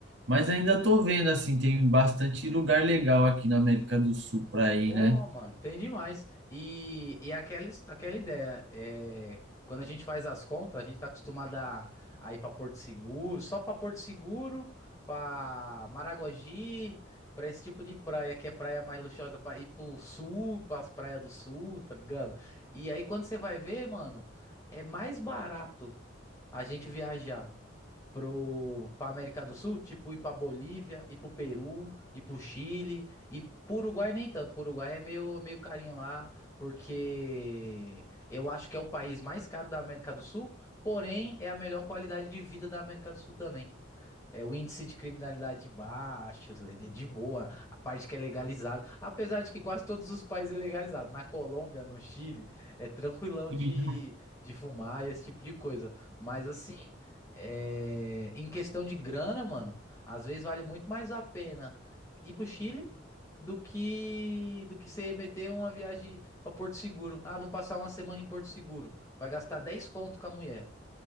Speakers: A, on the right; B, on the left.
A: Mas ainda tô vendo assim, tem bastante lugar legal aqui na América do Sul para ir,
B: Porra,
A: né?
B: mano, tem demais. E, e aquela, his- aquela ideia, é, quando a gente faz as contas, a gente tá acostumado a, a ir pra Porto Seguro, só pra Porto Seguro, pra Maragogi, pra esse tipo de praia, que é praia mais luxuosa, pra ir pro sul, pras praias do sul, tá ligado? E aí quando você vai ver, mano, é mais barato a gente viajar. pro, pra América do Sul, tipo ir pra Bolívia, ir pro Peru, ir pro Chile, e pro Uruguai nem tanto. Pro Uruguai é meio, meio carinho lá, porque eu acho que é o país mais caro da América do Sul, porém é a melhor qualidade de vida da América do Sul também. É o índice de criminalidade baixo, é de de boa, a parte que é legalizada. Apesar de que quase todos os países é legalizado. Na Colômbia, no Chile, é tranquilão de,
A: Então,
B: de fumar e esse tipo de coisa. Mas assim, é, em questão de grana, mano, às vezes vale muito mais a pena ir pro Chile do que do que você meter uma viagem pra Porto Seguro. Ah, vou passar uma semana em Porto Seguro. Vai gastar 10 conto com a mulher.